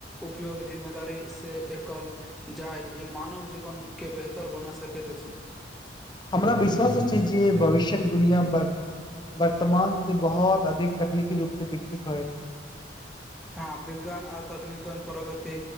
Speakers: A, in the centre; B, on the left (about 25°).
A: उपयोग जिम्मेदारी से एकल जाय ई मानव जीवन के बेहतर बना सकैत अछि।
B: हमरा विश्वास अछि जे भविष्य्यक दुनिया पर वर्तमानसे बहुत अधिक तकनीकी रूपसे विकसित होयत।
A: हँ विज्ञान आ तकनीकन प्रगति